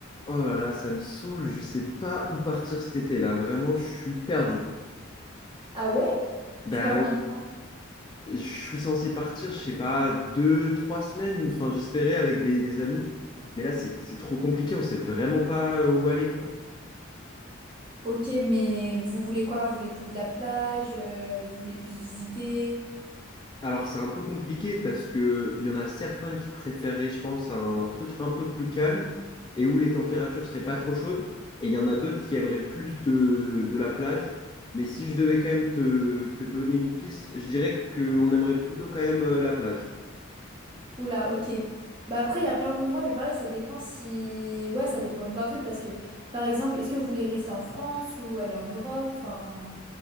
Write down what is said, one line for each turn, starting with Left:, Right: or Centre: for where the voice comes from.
Left: Oh là là, ça me saoule, je sais pas où partir cet été là, vraiment, je suis perdu.
Right: Ah ouais?
Left: Bah,
Right: Tu pars combien de temps?
Left: je suis censé partir, je sais pas, deux, trois semaines, enfin j'espérais avec des, des amis, mais là c'est c'est trop compliqué, on sait vraiment pas euh, où aller quoi.
Right: Ok, mais vous voulez quoi? Vous voulez plus de la plage? euh, vous voulez plus visiter?
Left: Alors, c'est un peu compliqué parce que il y en a certains qui préféraient, je pense, un truc un peu plus calme et où les températures seraient pas trop chaudes. Et il y en a d'autres qui aimeraient plus de, de la plage. Mais si je devais quand même te, te donner une piste, je dirais qu'on aimerait plutôt quand même euh, la plage.
Right: Oula, ok. Bah après, il y a plein d'endroits, mais pareil, ça dépend si... Ouais, ça dépend de plein de trucs, parce que, par exemple, est-ce que vous voulez rester en France ou aller en Europe? Enfin...